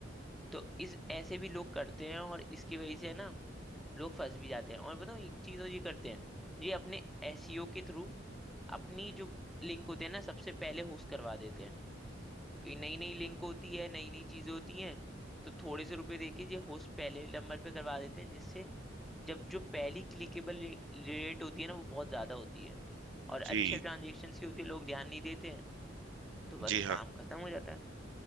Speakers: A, in the centre; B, on the right.
A: तो इस ऐसे भी लोग करते हैं और इसकी वजह से है ना लोग फंस भी जाते हैं और बताओ एक चीज और ये करते हैं ये अपने एसईओ के थ्रू अपनी जो लिंक होती है ना सबसे पहले होस्ट करवा देते हैं क्योंकि नई नई लिंक होती है नई नई चीजें होती हैं तो थोड़े से रुपए देके ये होस्ट पहले नंबर पे करवा देते हैं जिससे जब जो पहली क्लिकेबल रेट होती है ना वो बहुत ज्यादा होती है और अच्छे
B: जी।
A: ट्रांजेक्शन की होती है लोग ध्यान नहीं देते हैं तो बस
B: जी, हाँ।
A: काम खत्म हो जाता है